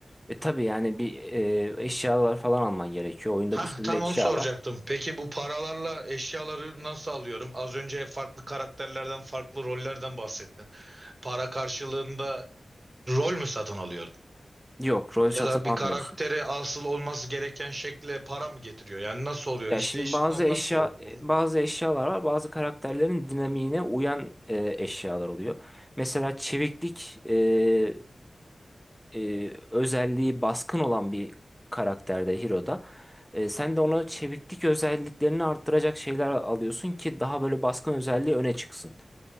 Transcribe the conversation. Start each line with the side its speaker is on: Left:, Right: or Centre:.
Centre: E tabii yani bir e, eşyalar falan alman gerekiyor. Oyunda
Right: Hah
Centre: bir sürü
Right: tam
Centre: de eşya
Right: onu soracaktım.
Centre: var.
Right: Peki bu paralarla eşyaları nasıl alıyorum? Az önce farklı karakterlerden, farklı rollerden bahsettin. Para karşılığında rol mü satın alıyorum?
Centre: Yok, rol
Right: Ya
Centre: satın
Right: da
Centre: almıyorsun.
Right: bir karakteri asıl olması gereken şekle para mı getiriyor? Yani nasıl oluyor?
Centre: Ya
Right: İşleyişi
Centre: şimdi bazı
Right: tam
Centre: eşya
Right: nasıl oluyor bunun?
Centre: e, bazı eşyalar var. Bazı karakterlerin dinamiğine uyan e, eşyalar oluyor. Mesela çeviklik e, e, özelliği baskın olan bir karakterde Hiro'da. E, sen de ona çeviklik özelliklerini arttıracak şeyler alıyorsun ki daha böyle baskın özelliği öne çıksın.